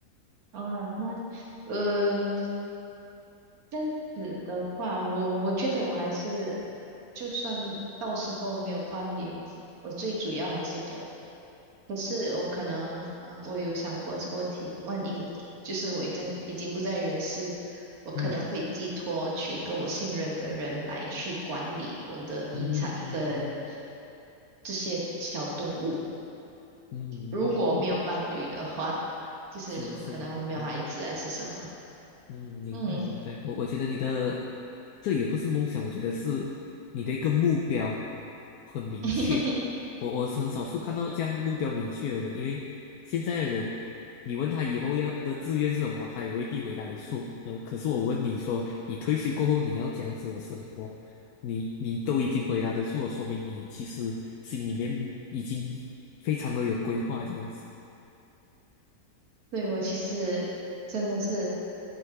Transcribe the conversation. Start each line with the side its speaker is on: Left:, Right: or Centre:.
Right: 哦，那。嗯，这样子的话，我我觉得我还是，就算到时候没有伴侣，我最主要还是狗。可是我可能，啊，我有想过这个问题，万一就是我已经已经不在人世，我可能会寄托去一个我信任的人来去管理我的遗产跟
Left: 嗯嗯嗯嗯
Right: 这些小动物。
Left: 嗯，
Right: 如果没有伴侣的话啦就是如果可能我没有孩子还是什么，
Left: 我我是是明白。嗯，明白明白。
Right: 嗯。
Left: 我我觉得你的这也不是梦想，我觉得是你的一个目标很明确。
Right: <laughs>
Left: 我我是很少数看到这样目标明确的人，因为现在的人，你问他以后要的志愿是什么，他也未必回答得出。呃，可是我问你说，你退休过后你要这样子的生活，你你都已经回答得出了，说明你其实心里面已经非常的有规划这样子。
Right: 对，我其实真的是